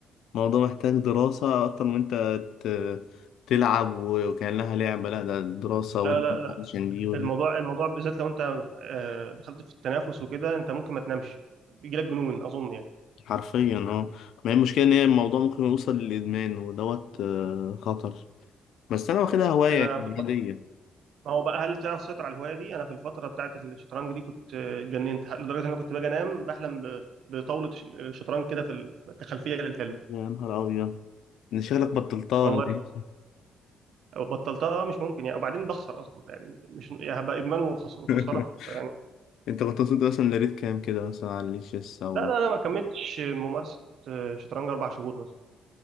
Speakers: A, on the left; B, on the right.
A: الموضوع محتاج دراسة أكتر من أنت ت- تلعب وكأنها لعبة لا ده دراسة
B: لا
A: ودي
B: لا لا
A: عشان دي ودي
B: الموضوع الموضوع بالذات لو انت آه، دخلت في التنافس وكده انت ممكن ما تنامش بيجيلك جنون اظن يعني
A: حرفيا اه ما هي المشكلة إن هي الموضوع ممكن يوصل للإدمان ودوت آه، خطر بس أنا واخدها هواية
B: انا
A: يعني
B: في الفتره
A: عادية
B: ما هو بقى هل تعرف تسيطر على الهوايه دي انا في الفتره بتاعت الشطرنج دي كنت آه، اتجننت لدرجه ان انا كنت باجي انام بحلم ب- بطاوله ش- شطرنج كده في ال- كخلفيه للحلم
A: يا نهار أبيض إن شغلك بطلتها
B: والله
A: ولا إيه؟
B: بطلتها آه، مش ممكن يعني وبعدين بخسر اصلا يعني مش يعني هبقى ادمان وخس- وخساره
A: <laughs>
B: يعني
A: انت كنت وصلت مثلا لريت كام كده مثلا على الشيس او
B: لا لا لا ما كملتش ممارسه آه، شطرنج اربع شهور مثلا